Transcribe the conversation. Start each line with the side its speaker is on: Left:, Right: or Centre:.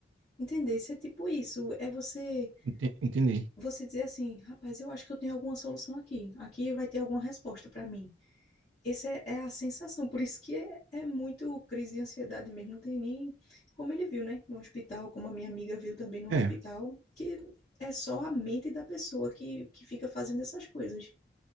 Left: Entender? Isso é tipo isso, é você
Right: Ente- Entendi.
Left: você dizer assim, rapaz, eu acho que eu tenho alguma solução aqui. Aqui vai ter alguma resposta para mim. Essa é, é a sensação, por isso que é, é muito crise de ansiedade mesmo, não tem nem como ele viu, né, no hospital, como a minha amiga viu também no
Right: É,
Left: hospital, que é só a mente da pessoa que, que fica fazendo essas coisas.